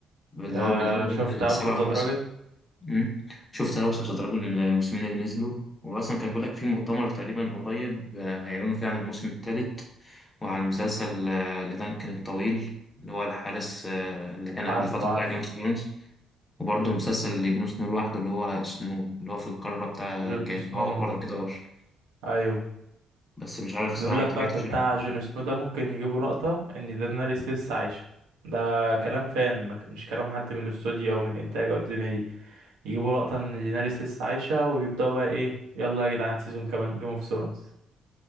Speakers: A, on the left; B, on the right.
A: اللي
B: آه
A: هو من الأول
B: شفت هاوس
A: سبع
B: اوف ذا
A: مواسم
B: دراجون
A: مم. شفت أوسط تتراجم الموسمين اللي نزلوا وأصلا كان بيقول لك في مؤتمر تقريبا قريب آه، هيعلنوا فيه عن الموسم الثالث وعن مسلسل آه، لدانكن الطويل اللي هو الحارس آه، اللي كان قبل
B: عارفه
A: الفترة
B: عارفه
A: بتاع جيم اوف ثرونز وبرضه مسلسل لجون سنو لوحده اللي هو سنو اللي هو في القارة بتاع
B: جون
A: اللي
B: سنو
A: هو ورا الجدار
B: أيوة
A: بس مش عارف الصراحة
B: بيقول لك
A: ما تابعتش
B: بقى في بتاع
A: يعني.
B: جون سنو ده ممكن يجيبوا لقطة إن دينيريس لسه عايشة ده كلام فان ما ك- مش كلام حد من الاستوديو أو من الإنتاج أو الدنيا دي يجيبوا لقطة إن دينيريس لسه عايشة ويبدأوا بقى إيه يلا يا جدعان سيزون كمان جيم اوف ثرونز